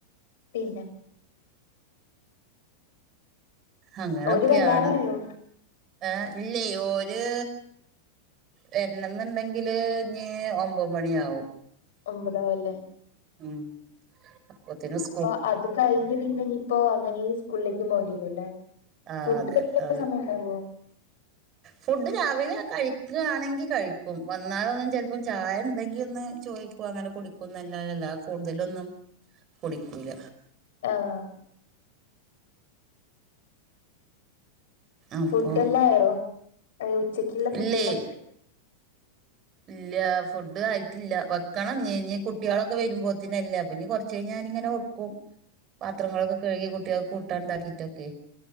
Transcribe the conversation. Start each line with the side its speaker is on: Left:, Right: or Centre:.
Left: പിന്നെ
Right: അങ്ങനെ
Left: ഓര്
Right: ഒക്ക്യാണ്
Left: വരാറായോ
Right: ഏ ഇല്ലെയ് ഇല്ലെയ് ഓര് വര്ണം ന്നുണ്ടെങ്കില് നീ ഒമ്പത് മണിയാവും.
Left: ഒമ്പതാവ അല്ലേ
Right: ഉം പ്പോത്തിനു സ്
Left: അപ്പ അത് കഴിഞ്ഞ് പിന്നെ ഇനിയിപ്പോ അങ്ങനി ഈ സ്കൂളിലേക്ക് പോകേണ്ടി വരും ലെ
Right: ആ
Left: ഫുഡ
Right: അതെ
Left: ഒക്കെ
Right: ആ,
Left: സമയം ഉണ്ടാവോ
Right: ഫുഡ് രാവിലെ കഴിക്കാണെങ്കിൽ കഴിക്കും വന്നാാല ഒന്നും ചെല്പ്പോം ചായ ഇണ്ടെങ്കി ഒന്ന് ചോദിക്ക അങ്ങനെ കുടിക്കുംന്നല്ലല്ല കൂടുതലൊന്നും കുടിക്കൂല
Left: ആഹ്
Right: അപ്പൊ
Left: ഫുഡ എല്ലയോ ഉച്ചക്കുള്ള ഫുഡ്
Right: ഇല്ലേ
Left: എല്ലാം
Right: ഇല്ല ഫുഡ് ആയിട്ടില്ല വെക്കണം കുട്ടികളൊക്കെ വരുമ്പോത്തിന അല്ലേ അപ്പ ഇനി കുറച്ച് പക്ഷെ ഞാനങ്ങനെ വെക്കും
Left: <inaudible>
Right: പാത്രങ്ങളൊക്കെ കഴുകി കുട്ടികൾക്ക് കൂട്ടാൻണ്ടാക്കിട്ടൊക്കെ